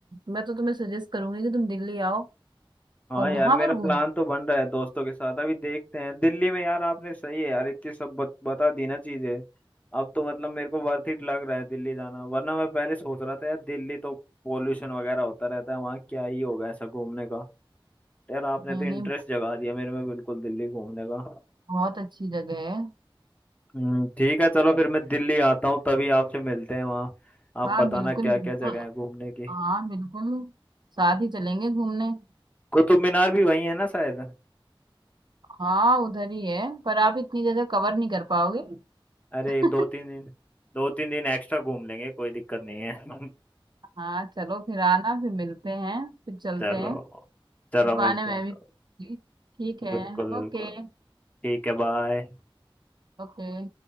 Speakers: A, on the right; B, on the left.
A: मैं तो तुम्हें सजेस्ट करूंगी कि तुम दिल्ली आओ
B: हाँ
A: और वहां
B: यार मेरा
A: पर घूम
B: प्लान तो बन रहा है दोस्तों के साथ अभी देखते हैं दिल्ली में यार आपने सही है यार इतनी सब बत, बता दी ना चीजें अब तो मतलब मेरे को वर्थ इट लग रहा है दिल्ली जाना वरना मैं पहले सोच रहा था यार दिल्ली तो पोल्यूशन वगैरह होता रहता है वहाँ क्या ही होगा ऐसा घूमने का यार आपने
A: नहीं
B: तो इंटरेस्ट
A: नहीं
B: जगा दिया मेरे में बिल्कुल दिल्ली घूमने का
A: बहुत अच्छी जगह है
B: हम्म ठीक है चलो फिर मैं दिल्ली आता हूँ तभी आपसे मिलते हैं वहाँ आप
A: हाँ
B: बताना
A: बिल्कुल
B: क्या
A: बिल्कुल
B: क्या जगह है घूमने की
A: हाँ बिल्कुल साथ ही चलेंगे घूमने
B: कुतुब मीनार भी वही है ना शायद
A: हाँ उधर ही है पर आप इतनी जगह कवर नहीं कर पाओगे
B: अरे
A: <laughs>
B: दो तीन दिन दो तीन दिन एक्स्ट्रा घूम लेंगे कोई दिक्कत नहीं है <laughs>
A: हाँ चलो फिर आना फिर मिलते हैं फिर चलते
B: चलो
A: हैं
B: चलो
A: इस बहाने
B: मिलते
A: मैं
B: हैं तो
A: भी ठीक है
B: बिल्कुल
A: ओके
B: बिल्कुल ठीक है बाय
A: ओके